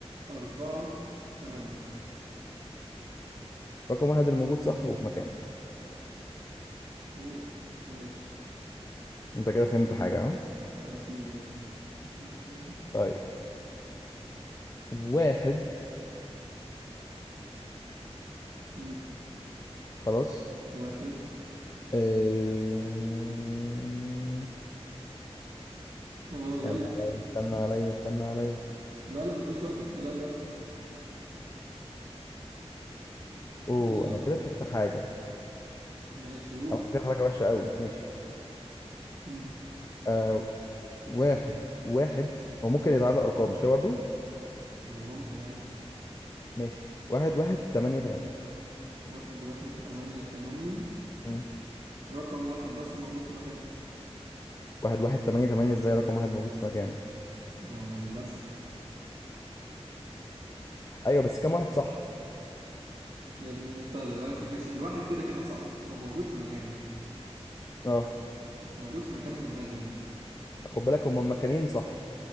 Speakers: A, on the right; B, on the left.
A: أربعة تمانية
B: رقم واحد اللي موجود صح وفي مكانه
A: أوه ماشي
B: انت كده فهمت حاجة ها
A: آه، أكيد يعني ستة زيرو.
B: طيب واحد
A: مم.
B: خلاص
A: واحد
B: آه،
A: آه
B: استنى
A: يلا
B: عليا استنى عليا استنى عليا
A: لا لا مفيش وقت الكلام ده
B: اوه
A: يلا
B: انا كده فهمت حاجة
A: ماشي قول
B: عملت فيها حركة وحشة قوي ماشي
A: مم.
B: آه واحد واحد هو ممكن يتعادل ارقام مش كده برضو
A: آه ممكن عادي
B: ماشي واحد واحد تمانية تمانية
A: واحد واحد تمانية تمانية
B: مم.
A: رقم واحد بس موجود في مكان
B: واحد واحد تمانية تمانية ازاي رقم واحد موجود في مكانه
A: آه للأسف
B: ايوه بس كام واحد صح
A: يا ابني انت دلوقتي ماشي الواحد كده كده صح هو موجود في مكانه
B: اه
A: موجود في مكانه من بدري
B: خد بالك هما مكانين صح